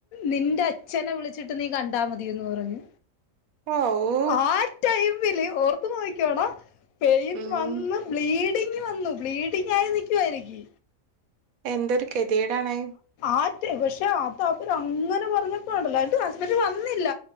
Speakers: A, on the left; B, on the right.
A: നിന്റെ അച്ഛനെ വിളിച്ചിട്ട് നീ കണ്ടാ മതിന്ന് പറഞ്ഞ്
B: ഓഹ്
A: ആ ടൈമില് ഓർത്ത് നോക്ക്യോണം പെയിൻ
B: ഉം
A: വന്ന് ബ്ലീ ഡിങ് വന്നു ബ്ലീഡിംഗായി നിക്കുവാ എനിക്ക്
B: എന്തൊരു കെതിയെടാണ്
A: ആറ്റെ പഷേ അതാവര് അങ്ങനെ പറഞ്ഞപ്പോണ്ടല്ലോ എന്റെ ഹസ്ബൻ്റ് വന്നില്ല